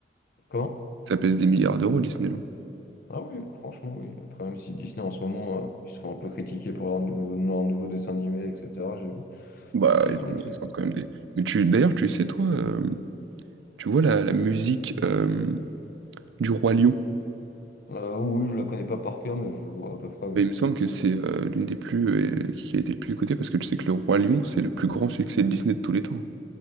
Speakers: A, on the left; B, on the right.
A: Comment?
B: Ça pèse des milliards d'euros, Disneyland.
A: Ah oui, franchement, oui. Après, même si Disney en ce moment, euh, ils se font un peu critiquer pour leur nouveau, leur nouveau dessin animé, etc. J'ai vu.
B: Bah,
A: Parce qu'ils
B: ils
A: font
B: ont-
A: des trucs.
B: ils sortent quand même des. Mais tu, d'ailleurs, tu sais, toi, euh, tu vois la, la musique euh, du Roi Lion.
A: Euh, oui, je la connais pas par cœur, mais je vois à peu près, oui.
B: Bah, il me semble que c'est euh, l'une des plus. euh, qui a été le plus écoutée parce que tu sais que le Roi Lion, c'est le plus grand succès de Disney de tous les temps.